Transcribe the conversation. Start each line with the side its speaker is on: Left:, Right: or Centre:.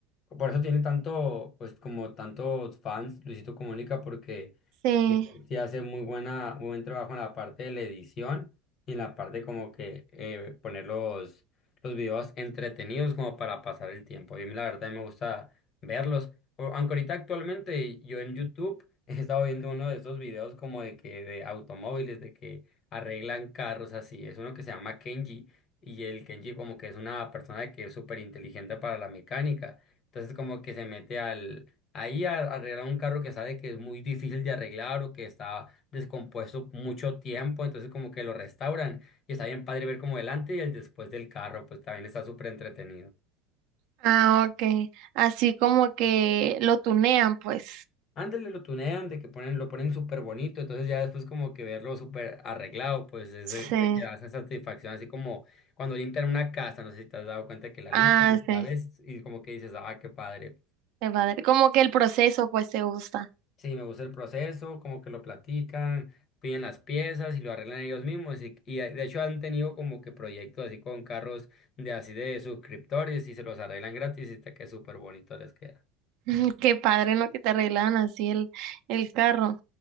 Left: Por eso tiene tanto, pues como tantos fans Luisito Comunica, porque
Right: Sí,
Left: sí hace muy buena, muy buen trabajo en la parte de la edición y en la parte como que eh, poner los, los videos entretenidos como para pasar el tiempo. Y a mí la verdad me gusta verlos. O- Aunque ahorita actualmente yo en YouTube <laughs> he estado viendo uno de esos videos como de que de automóviles, de que arreglan carros así. Es uno que se llama Kenji y el Kenji como que es una persona que es súper inteligente para la mecánica. Entonces como que se mete al Ahí a- arreglar un carro que sabe que es muy difícil de arreglar o que está descompuesto mucho tiempo, entonces como que lo restauran y está bien padre ver como delante y el después del carro, pues también está súper entretenido.
Right: ah, ok, así como que lo tunean, pues,
Left: Ándale, lo tunean, de que ponen, lo ponen súper bonito, entonces ya después como que verlo súper arreglado, pues es
Right: sí,
Left: de, de que da esa satisfacción, así como cuando limpian una casa, no sé si te has dado cuenta que la
Right: ah,
Left: limpian, y
Right: sí,
Left: la ves y como que dices, ah, qué padre.
Right: qué padre, como que el proceso pues te gusta.
Left: Sí, me gusta el proceso, como que lo platican, piden las piezas y lo arreglan ellos mismos. Y, y, eh, de hecho han tenido como que proyectos así con carros de así de suscriptores y se los arreglan gratis y te queda súper bonito les queda.
Right: <laughs> Mm, Qué padre en lo que te arreglan así el, el carro.